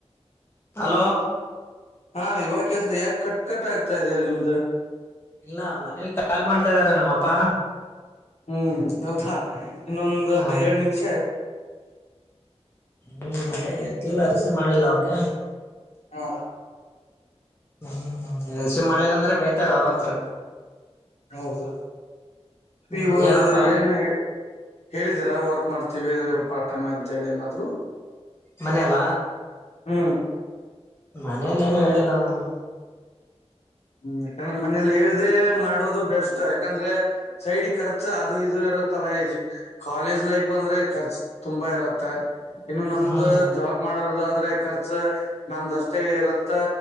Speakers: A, on the left; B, on the left.
A: ಹಲೋ
B: ಹಾ ಇವಾಗಸ ಯಾಕೆ ಕಟ್ ಕಟ್ ಆಗ್ತಾ ಇ ಅಲ್ಲಿ ನಿಮ್ದು
A: ಇಲ್ಲ ಮನೇಲಿ ಕಾಲ್ ಮಾಡ್ತಾ ಇದ್ದಾರ ನಮ್ಮ ಅಪ್ಪಾ.
B: ಹ್ಮ್ ಹೌದಾ ಇನ್ನೊಂದ
A: ಹಾ
B: ಎರಡು ನಿಮಿಷ.
A: ಹ್ಮ್ ಅದೇ ಎತ್ಲಿಲ್ಲ ರಿಸೀವ್ ಮಾಡ್ಲಿಲ್ಲ ಅವ್ರಗ
B: ಹಾ.
A: ಹೂ ರಿಸೀವ್ಮ್ ಮಾಡಿಲ್ಲಾ ಅಂದ್ರೆ ಬೈತಾರ ಅವ್ರತ್ರ
B: ಹೌದ
A: ಹ್ಮ್
B: ಇವು
A: ಏನಪ್ಪಾ
B: ಏನು ಹೇಳಿದೀರಾ ವರ್ಕ್ ಮಾಡ್ತೀವಿ ಪಾರ್ಟ್ ಟೈಮ್ ಅಂತ ಹೇಳಿ ಏನಾದ್ರು.
A: ಮನೆಲ.
B: ಹ್ಮ
A: ಮನೇಲಿ ಏನು ಹೇಳಿಲ್ಲ ನಾನು
B: ಹ್ಮ್ ಯಾಕಂದ್ರೆ ಮನೇಲಿ ಹೇಳ್ದೇ ಮಾಡೋದು ಬೆಸ್ಟ್ ಯಾಕಂದ್ರೆ ಸೈಡ್ ಖರ್ಚ ಅದು ಇ ಇತ್ತಲ್ಲ ಇದ ಕಾಲೇಜ್ ಲೈಫ್ ಅಂದ್ರೆ ಖರ್ಚು ತುಂಬಾ ಇರತ್. ಇನ್ನು ನಮ್ದು
A: ಹ್ಮ್
B: ಜಾಬ್ ಮಾಡ ಮಾಡ ಆದ್ರೆ ಖರ್ಚ ನಮ್ದಷ್ಟೇ ಇರುತ್ತ